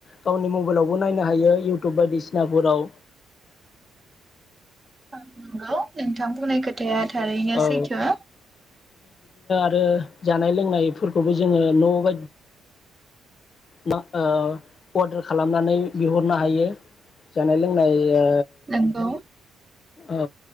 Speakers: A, on the left (about 50°); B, on the right (about 25°).
A: गावनि मबाइलावबो नायनो हायो, इउ तुब बायदिसिनाफोराव।
B: अ नंगौ नोंथां बुंनाय खोथाया थारैनो
A: औ
B: सैथो।
A: ओ जानाय लोंनायफोरखौबो जोङो न' बायदि मा ओ अर्डार खालामनानै बिहरनो हायो, जानाय लोंनाय यो
B: नंगौ
A: औ